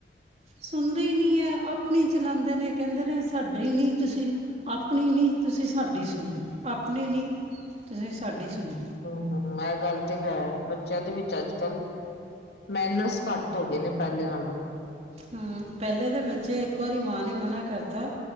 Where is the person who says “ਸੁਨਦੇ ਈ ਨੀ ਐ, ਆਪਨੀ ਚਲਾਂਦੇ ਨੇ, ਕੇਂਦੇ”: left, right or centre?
Right